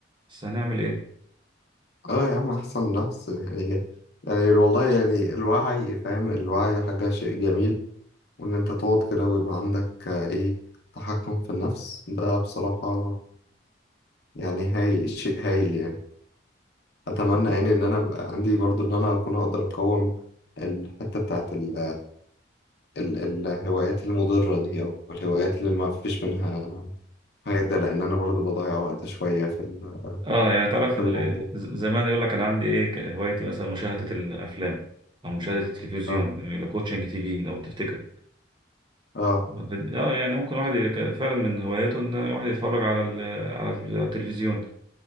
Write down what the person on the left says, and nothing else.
أه يا عم أحسن نفس يعني يعني والله يعني الوعي فاهم الوعي حاجة شيء جميل وإن أنت تقعد كده ويبقى عندك آه، إيه تحكم في النفس ده بصراحة يعني هاي شيء هايل يعني اتمنى يعني ان انا ابقى عندي برضو ان انا اكون اقدر اقاوم الحته بتاعت ال ال الهوايات المضره دي او الهوايات اللي ما فيش منها فايده لان انا برضو بضيع وقت شويه في ال-
في
الموضوع
اه
اه